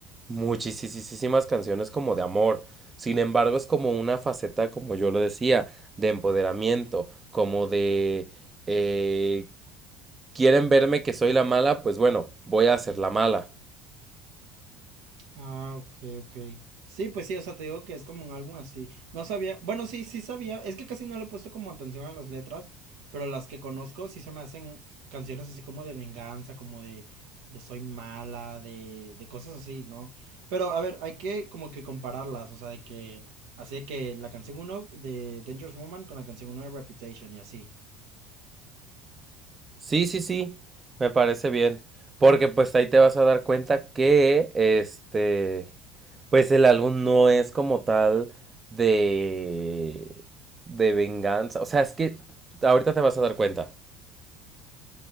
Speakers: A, on the right; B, on the right.
A: muchísimas canciones como de amor. Sin embargo, es como una faceta, como yo lo decía, de empoderamiento, como de eh, quieren verme que soy la mala, pues bueno, voy a hacer la mala.
B: Ah, ok, ok. Sí, pues sí, o sea, te digo que es como un álbum así. No sabía, bueno, sí, sí sabía, es que casi no le he puesto como atención a las letras, pero las que conozco sí se me hacen canciones así como de venganza, como de, de soy mala, de, de cosas así, ¿no? Pero a ver, hay que como que compararlas, o sea, de que, así de que la canción uno de Dangerous Woman con la canción uno de Reputation y así.
A: Sí, sí, sí, me parece bien, porque pues ahí te vas a dar cuenta que este, pues el álbum no es como tal de de venganza, o sea, es que ahorita te vas a dar cuenta.